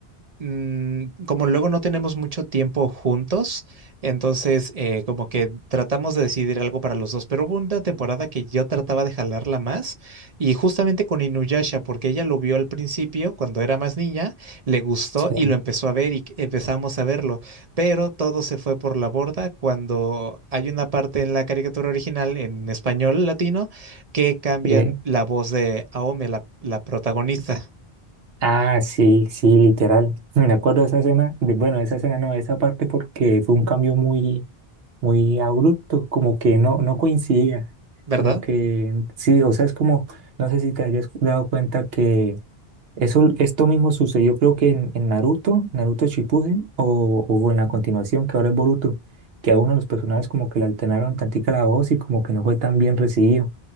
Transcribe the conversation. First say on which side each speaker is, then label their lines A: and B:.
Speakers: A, on the right; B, on the right.
A: mm, como luego no tenemos mucho tiempo juntos, entonces eh, como que tratamos de decidir algo para los dos, pero hubo una temporada que yo trataba de jalarla más y justamente con Inuyasha, porque ella lo vio al principio cuando era más niña, le gustó
B: Sí,
A: y lo empezó a ver y empezamos a verlo, pero todo se fue por la borda cuando hay una parte en la caricatura original en español latino que cambian
B: sí.
A: la voz de Aome, la la protagonista,
B: Ah, sí, sí, literal. <laughs> Me acuerdo de esa escena, de, bueno, de esa escena no, de esa parte porque fue un cambio muy, muy abrupto, como que no, no coincidía.
A: ¿verdad?
B: Como que, sí, o sea, es como, no sé si te hayas dado cuenta Eso, esto mismo sucedió creo que en, en Naruto, Naruto Shippuden, o, o en la continuación que ahora es Boruto, que a uno de los personajes como que le alternaron tantica la voz y como que no fue tan bien recibido.